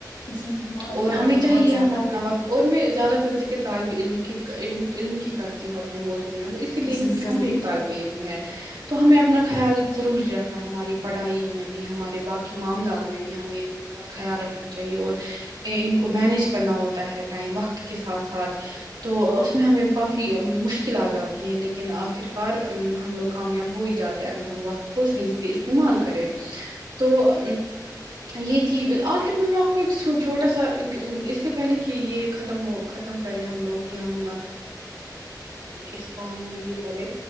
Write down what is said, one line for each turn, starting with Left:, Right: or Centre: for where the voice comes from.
Left: جی وہ بہت
Right: اور
Left: بہت
Right: ہمیں چاہیے
Left: بہت زیادہ
Right: ہم اپنا وقت اور میں زیادہ تر ذکر طالب علم کی علم علم کی کرتی ہوں اپنے موضوع میں وہ اس اس لیے
Left: جی
Right: کیونکہ
Left: ضرور
Right: ہم بھی ایک طالب علم ہے تو ہمیں اپ اپنا خیال ضروری رکھنا ہماری پڑھائی میں بھی ہمارے باقی معاملات میں بھی ہمیں ان بہت خیال رکھنا چاہیے اور ان کو مینج کرنا ہوتا ہے ٹائم وقت کے ساتھ ساتھ تو اس میں ہمیں کافی مشکل آ جاتی ہے لیکن آخر کار ہم لوگ کامیاب ہو ہی جاتے اگر ہم وقت کو صحیح سے استعمال کریں تو ا یہ تھی آخر میں میں آپ کو ایک چھوٹا سا اس سے پہلے کہ یہ ختم ہو ختم کرے ہم لوگ یہ ہم اس کا ہم یہ کریں